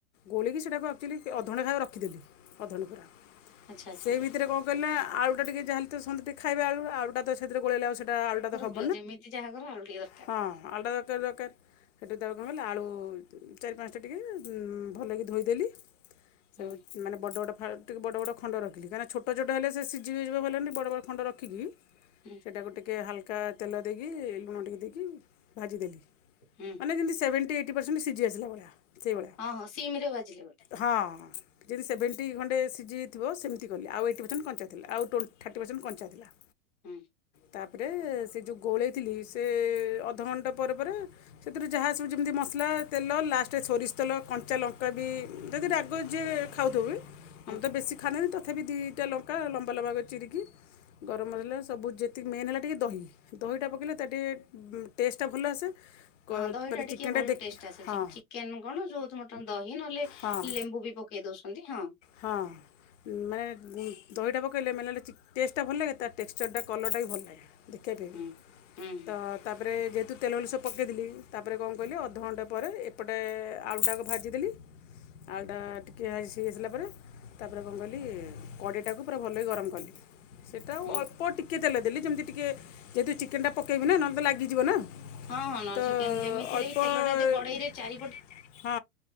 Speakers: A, on the left; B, on the left.
A: ଗୋଳିକି ସେଟାକୁ ଆକ୍ଚୁଲି ଅଧଘଣ୍ଟେ ଖାଳ ରଖିଦେଲି। ଅଧଘଣ୍ଟେ ପୁରା।
B: ଆଚ୍ଛା ଆଚ୍ଛା
A: ସେଇ ଭିତରେ କଣ କହିଲେ ଆଳୁ ଟା ଟିକେ ଯାହାହେଲେ ତ ସମତେ ଖାଇବେ ଆଳୁ, ଆଳୁ ଟା ତ ସେଥିରେ ଗୋଳେଇଲେ ଆଉ ସେଟା ଆଳୁ ଟା ତ ହବ
B: ଯୁଅ ଯେମିତି ଯାହା କର ଆଳୁ ଟିକେ ଦରକା
A: ହଁ ଆଳୁ ଟା ଦରକାର ଦରକାର। ସେଠୁ ତାକୁ କଣ କଲେ ଆଳୁ ଚାରି ପାନ୍ସା ଟିକେ ଉଁ, ଭଲକି ଧୋଇଦେଲି। ସେଉ
B: ହୁଁ
A: ମାନେ ବଡ଼ ବଡ଼ ଫା- ଟିକେ ବଡ଼ ବଡ଼ ଖଣ୍ଡ ରଖିଲି, କାହିଁକି ନା ଛୋଟଛୋଟ ହେଲେ ସେ ସିଜିଯିବ ଭଲନି, ବଡ଼ ବଡ଼ ଖଣ୍ଡ ରଖିକି
B: ହୁଁ।
A: ସେଟାକୁ ଟିକିଏ ହାଲକା ତେଲ ଦେଇକି ଲୁଣ ଟିକେ ଦେଇକି ଭାଜିଦେଲି।
B: ହୁଁ
A: ମାନେ ଯେମିତି ସେଭେଣ୍ଟି ଏଇଟି ପସେଣ୍ଟ୍ ସିଯି ଆସିଲା ଭଳିଆ। ସେଇଭଳିଆ।
B: ହଁ ହଁ ସିମ୍ ରେ ବାଜିଲେ ଗୋଟେ।
A: ହଁ। ଯେମିତି ସେଭେଣ୍ଟି ଖଣ୍ଡେ ସିଝିଥିବ ସେମତି କଲି ଆଉ ଏଇଟି ପରସେଣ୍ଟ କଞ୍ଚା ଥିଲା ଆଉ ଟୋ ଥାର୍ଟି ପରସେଣ୍ଟ କଞ୍ଚା ଥିଲା। ଲା।
B: ହୁଁ।
A: ତାପରେ ସେ ଯୋଉ ଗୋଳେଇଥିଲି ସେ ଅଧଘଣ୍ଟା ପରେ ପରେ ସେଥି୍ରୁ ଯାହା ସବୁ ଯେମିତି ମସଲା ତେଲ ଲା ସେ ସୋରିଷ ତେଲ କଞ୍ଚା ଲଙ୍କା ବି ଯଦି ରାଗ ଯିଏ ଖାଉଥିବବି। ଆମେ
B: ହୁଁ।
A: ତ ବେଶୀ ଖାଆନ୍ତି ନି ତଥାବି ଦିଇଟା ଲଙ୍କା ଲମ୍ବା ଲମ୍ବା କରି ଚିରିକି ଗରମ ମସଲା ସବୁ ଯେତିକି ମେନ୍ ହେଲା ଟିକେ ଦହି। ଦହିଟା ପକେଇଲେ ତା ଟିକେ ବୁ ଟେଷ୍ଟଟା ଭଲ ଆସେ। କ
B: ହଁ ଦହିଟା
A: ମାନେ
B: ଟିକେ
A: ଚିକେନଟା
B: ଭଲ
A: ଦେଖି
B: ଟେଷ୍ଟ ଆସେ
A: ହଁ
B: ଯେବେ ଚି କେନୁ କଣ ଯୋଉ <unintelligible> ଦହି ନହେଲେ
A: ହଁ
B: ଲେମ୍ବୁ ବି ପକେଇ ଦଉଛନ୍ତି ହଁ।
A: ହଁ। ମାନେ ଦହିଟା ପକେଇଲେ ମାନେ ଚିକ୍ ଟେଷ୍ଟଟା ଭଲ ଲାଗେ ତା ଟେକ୍ସଚରଟା କଲରଟା ବି ଭଲ ଲାଗେ। ଦେଖେଇପେବି
B: ହୁଁ ହୁଁ ହୁଁ
A: ତ ତାପରେ ଯେ ତୁ ତେଲ ତୁଲି ସବୁ ପକେଇ ଦେଲି ତାପରେ କଣ କଲି ଅଧଘଣ୍ଟେ ପରେ ଏପଟେ ଆଳୁ ଟା ଆଗେ ଭାଜି ଦେଲି ଆଳୁଟା ଟିକେ ସିଜେଇ ସାରିଲା ପରେ ତା ପରେ କଣ କଲି କଡ଼େଇ ଟାକୁ ପୁରା ଭଲକି ଗରମ କଲି। ସେଇଟା ଆଉ
B: ହୁଁ
A: ଅଳ୍ପ ଟିକେ ତେଲ ଦେଲି ଯେମିତି ଟିକେ ଯେହେତୁ ଚିକେନଟା ପକେଇବି ନା ନହେଲେ ତ ଲାଗିଯିବ ନା?
B: ହଁ ହଁ ନ
A: ତ
B: ଚିକେନ ଯେମିତି
A: ଅଳ୍ପ
B: ହେଲେ ବି ତେଲଟା ଜଦି କଡେଇରେ ଚାରିପଟ
A: ହଁ